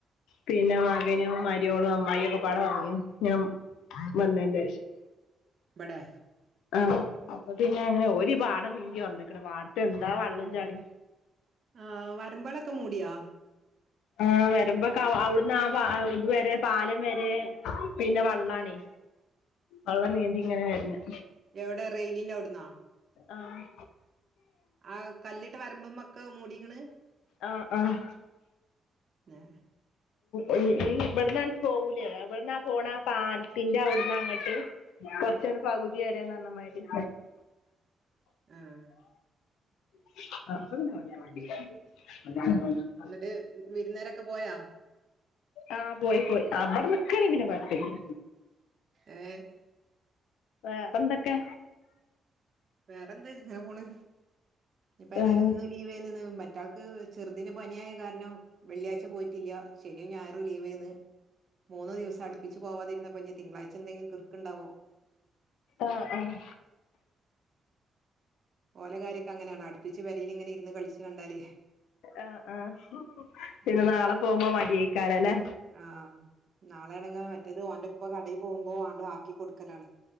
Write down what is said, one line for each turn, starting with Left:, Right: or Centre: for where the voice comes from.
Left: പിന്നെ മകനും മരിയോളും അമ്മായി ഒക്കെ പാടെ വന്നീന്നു ഞാൻ വന്നേന്റെ ഷം
Right: ഇബടെ
Left: ആ അപ്പൊ പിന്നെ അങ്ങനെ ഒര് പാടം നീന്തിയാ വന്ന്ക്ക്ണേപാടത്ത് എന്താ വ ള്ളും ചളിം
Right: ആഹ് വരമ്പളൊക്കെ മൂടിയോ
Left: ആഹ് വരമ്പ് ക്കെ ആ അവിടുന്ന് ആ പാ ആ ഇതുവരെ പാലം വരെ പിന്നെ വള്ളാണേ വള്ളം നീന്തി ങ്ങനെ വര്നം
Right: എവിടെ റെയിലിന്റെ അവിടുന്നാ
Left: ആഹ്
Right: ആ കല്ലിട്ട് വരമ്പുമൊക്കെ മൂടിക്കണ്
Left: ആഹ് ആഹ്
Right: ന്നേ
Left: ഉം ഇവിടന്ന് പോവൂലേ എവിടന്നാ പോണാ പാലത്തിന്റെ അവിടന്ന അങ്ങറ്റ് കൊറച്ചണ് പകുതി വരെന്ന പറഞ്ഞ മാതിരി
Right: ആഹ്
Left: <unintelligible>
Right: എന്നിട്ട് വിരുന്നേരൊക്കെ പോയാ
Left: ആഹ് പോയി പോയി അവിടെ നിക്കണേ പിന്നെ കുഴപ്പമില്ല
Right: ഏഹ്
Left: വേറെന്തക്കെ
Right: വേറെന്ത് ഇങ്ങനെ പോണ് ഇപ്പ ഏതായാലും
Left: ആഹ്
Right: ഇന്ന് ലീവേന്നന്ന് മറ്റാൾക്ക് ചെറുതിന് പനിയായ കാരണം വെള്ളിയാഴ്ച പോയിട്ടില്ല ശനീം ഞായറും ലീവേന്ന് മൂന്ന് ദിവസം അടു പ്പിച്ച് പോവാതിരുന്നപ്പഞ്ഞെ തിങ്കളായ്‌ച എന്തേലും കിർക്കണ്ടാവോ
Left: ആഹ് ആഹ്
Right: ഓലകാര്യോക്കെ അങ്ങനെയാണ് അടുപ്പിച്ച് പെരേല് ഇങ്ങനെ ഇരുന്ന് കളിച്ച് കണ്ടാലേ
Left: ആഹ് ആഹ് പിന്നെ
Right: ആ
Left: നാളെ പോകുമ്പോ മടിയായിക്കാണല്ലാ
Right: ആഹ് നാളെണങ്ങ് മറ്റേത് ഓന്റുപ്പ കടേ പോകുമ്പോ ആണ്ട് ആക്കി കൊടുക്കലാണ്